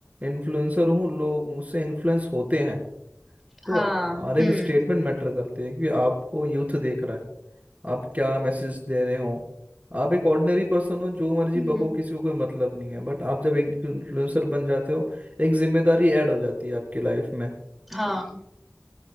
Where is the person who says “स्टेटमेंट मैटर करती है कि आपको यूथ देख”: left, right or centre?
Right